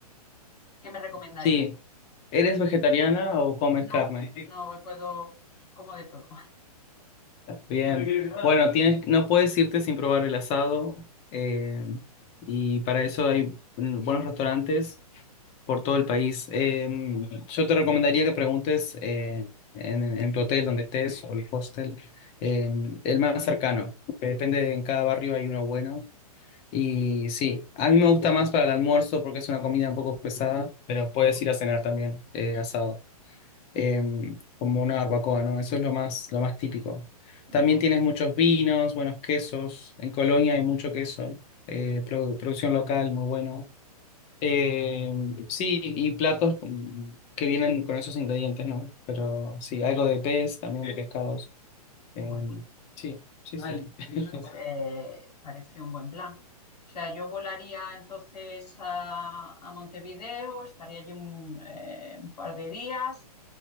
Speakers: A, on the left; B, on the left.
A: que me recomendarías?
B: Sí. ¿Eres vegetariana o comes
A: No,
B: carne?
A: no puedo, como de todo.
B: Bien. Bueno, tienes, no puedes irte sin probar el asado. eh, y para eso hay mm, buenos restaurantes por todo el país. Em, yo te recomendaría que preguntes eh, en, en tu hotel donde estés o el hostel, em, el más cercano, que depende, en cada barrio hay uno bueno. Y sí, a mí me gusta más para el almuerzo porque es una comida un poco pesada, pero puedes
A: <laughs>
B: ir a cenar también eh, asado, em, como una barbacoa, ¿no? Eso es lo más, lo más típico.
A: Ujú,
B: También tienes muchos vinos, buenos quesos. En Colonia hay mucho queso, eh, produ- producción local, muy bueno. Eh, sí, y platos con- que vienen con esos ingredientes, ¿no? Pero sí, algo de pez, también de pescados. Eh,
A: Bueno.
B: sí, sí, sí. <laughs>
A: eh, parece un buen plan. O sea, yo volaría entonces a, a Montevideo, estaría allí un, eh, un par de días,